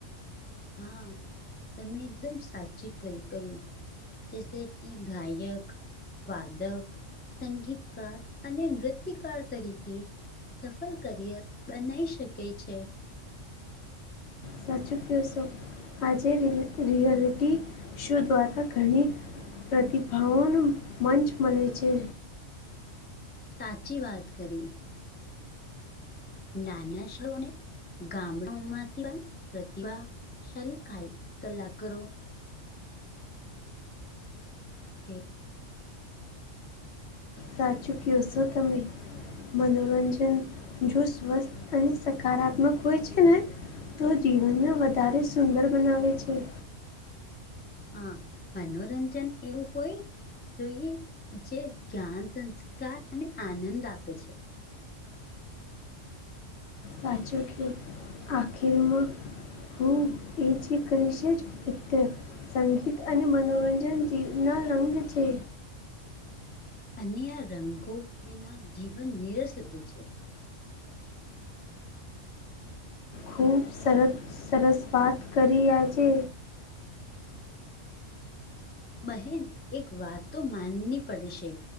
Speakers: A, on the left; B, on the left.
A: હા તમે એકદમ સાચું કય કયું. જૈસે કી ગાયક વાદક સંગીતકાર અને નૃત્યકાર તરીકે સફળ કરિયર બનાવી શકાય છે.
B: સાચું ક્યોસો આજે રિ રિયલિટી શો દ્વારા ઘણી પ્રતિભાઓનો મંચ મળે છે.
A: સાચી વાત કરી. નાના શહેરો ને ગામડમાંથી પણ પ્રતિભા <unintelligible> કલાકારો <unintelligible>
B: સાચૂ ક્યો સો તમે મનોરંજન જો સ્વસ્થ અને સકારાત્મક હોય છે ને તો જીવનને વધારે સુંદર બનાવે છે.
A: હા મનોરંજન એવું હોય જોઈએ જે જ્ઞાન સંસ્કાર અને આનંદ આપે છે.
B: સાચો ક્યો આખિરમાં <unintelligible> અત્યારે સંગીત અને મનોરંજન જીવ ના રંગ છે.
A: અને આ રંગો વિના જીવન નિનીરસ લાગે છે
B: ખૂબ સરસ સરસ વાત કરી્યા છે
A: બહેન એક વાત તો માનવી પડશે